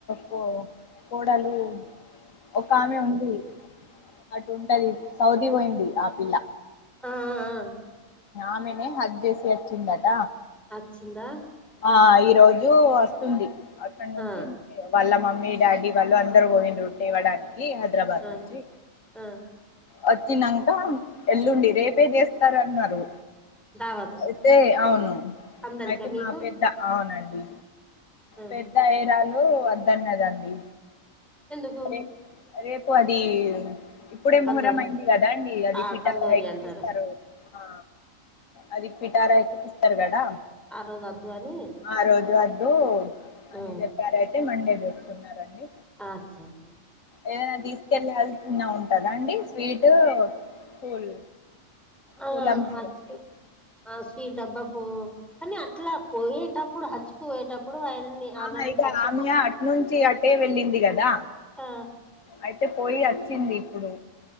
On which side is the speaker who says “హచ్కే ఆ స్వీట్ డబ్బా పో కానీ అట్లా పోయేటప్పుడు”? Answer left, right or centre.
Centre